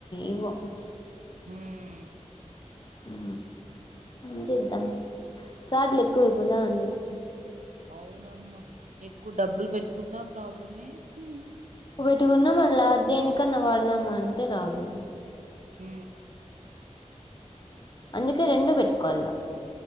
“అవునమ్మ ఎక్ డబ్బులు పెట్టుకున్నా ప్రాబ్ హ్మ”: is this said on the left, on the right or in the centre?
Right